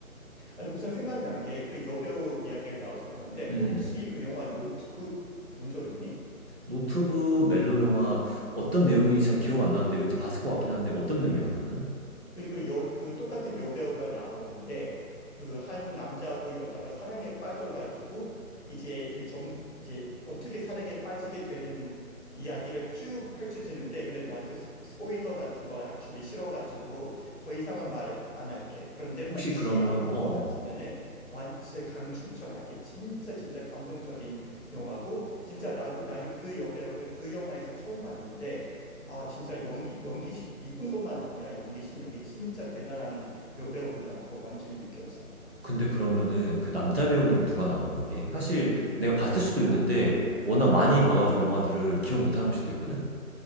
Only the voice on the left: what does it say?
아니, 우선 생각난 게 그 여배우 이야기가 나와서 그런데
너 혹시 그 영화 노트북 본 적 있니?
그, 그 여, 그 똑같은 여배우가 나오는데 그 한 남자하고 여자가 사랑에 빠져가지고 이제 이제 점 이제 어떻게 사랑에 빠지게 되는 이야기를 쭉 펼쳐지는데 근데 너한테 스- 스포일러 같은 거 주기 싫어가지고 더 이상은 말 안 할게. 그런데 혹시
안 본
거 같으면은
완 진짜 강추천할게. 진짜 진짜 감동적인 영화고 진짜 나도 나는 그 여배우를 그 영화에서 처음 봤는데 아, 진짜 연기, 연기, 시- 이쁜 것만 아니라 연기 실력이 진짜 대단한 여배우구나. 그거 완전히 느꼈어.
맞다.
어.